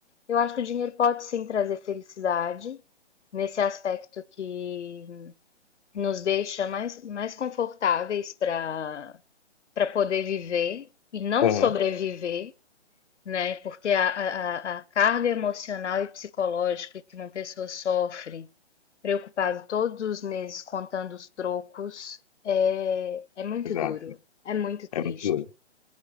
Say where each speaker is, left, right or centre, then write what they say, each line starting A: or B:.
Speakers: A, on the left (about 75°); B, on the left (about 35°).
A: eu acho que o dinheiro pode sim trazer felicidade, nesse aspecto que nos deixa mais, mais confortáveis para para poder viver e não
B: Aham,
A: sobreviver, né? Porque a, a, a carga emocional e psicológica que uma pessoa sofre, preocupado todos os meses contando os trocos, é, é muito
B: exato.
A: duro, é muito triste.
B: É muito duro.